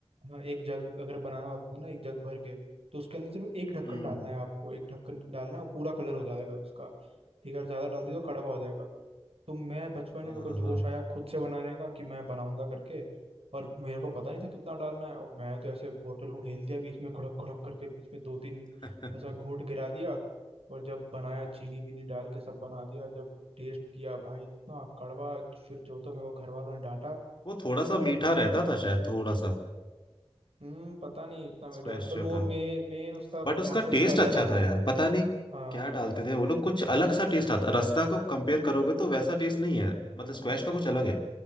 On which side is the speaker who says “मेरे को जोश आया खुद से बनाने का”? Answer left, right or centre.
Right